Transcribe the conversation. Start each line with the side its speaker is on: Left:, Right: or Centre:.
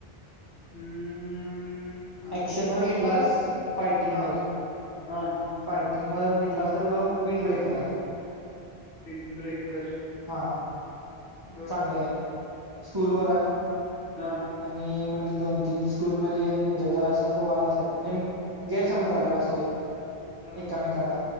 Left: हम्म आणि
Right: ॲक्शनवर
Left: तसं
Right: घेतलास
Left: काय
Right: फायटिंगवर
Left: हा हा
Right: फायटिंग वर घेतलास तर मग विंड ब्रेकर आहे.
Left: विंग ब्रेकर,
Right: हा
Left: बरं
Right: चांगलं आहे स्कूल वर हाय.
Left: हा.
Right: आणि म्हणजे दोन-तीन स्कूलमध्ये त्यांच्यात जरास अस वाद असत्यात म्हणजे गैरसमज झालेला असतोय
Left: हा
Right: एककामेकाचा